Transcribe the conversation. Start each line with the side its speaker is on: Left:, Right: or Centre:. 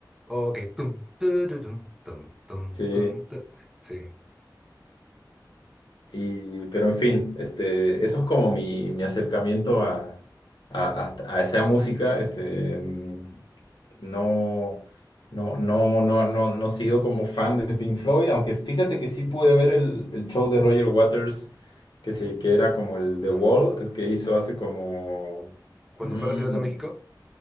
Centre: Ok, tum, tururum, tum, tum,
Left: Sí,
Centre: tum, tu- Sí.
Left: Y, pero en fin, este, eso es como mi, mi acercamiento a, a, a- a esa música. Este, mm, no, no, no, no, no, no sigo como fan de Pink Floyd, aunque fíjate que sí pude ver el, el show de Roger Waters, que, se, que era como el The
Centre: Uf.
Left: Wall, el que hizo hace como,
Centre: Cuando
Left: mm,
Centre: fue a la Ciudad de México,